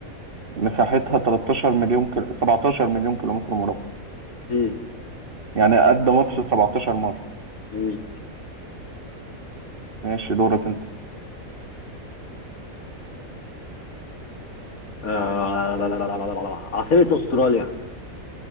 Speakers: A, on the right; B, on the left.
A: مساحتها 13 مليون كيلو 17 مليون كيلومتر مربع
B: مم.
A: يعني قد مصر 17 مرة
B: مم.
A: ماشي دورك انت
B: آه، لا لا لا لا لا لا لا. عاصمة أستراليا